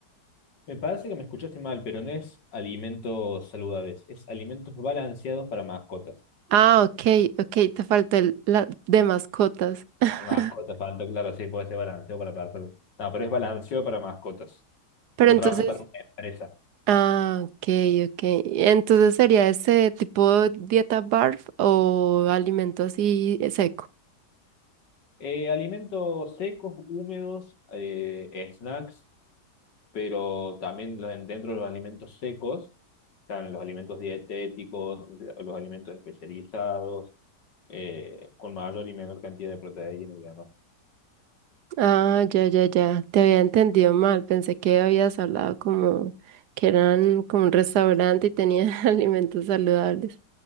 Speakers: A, on the left (about 80°); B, on the right (about 70°).
A: Me parece que me escuchaste mal, pero no es alimentos saludables, es alimentos balanceados para mascotas.
B: Ah, ok, ok, te faltó el- la de mascotas. <laughs>
A: Mascotas, falta, claro, sí, puede ser balanceado para personas. No, pero es balanceado para mascotas.
B: Pero
A: Y yo
B: entonces,
A: trabajo para una empresa.
B: ah, ok, ok. Entonces sería ese tipo dieta barf o alimento así seco.
A: Eh, alimentos secos, húmedos, eh, snacks, pero también los- dentro de los alimentos secos están los alimentos dietéticos, los alimentos especializados, eh, con mayor y menor cantidad de proteína y demás.
B: Ah, ya, ya, ya. Te había entendido mal. Pensé que habías hablado como que eran como un restaurante y tenían <laughs> alimentos saludables.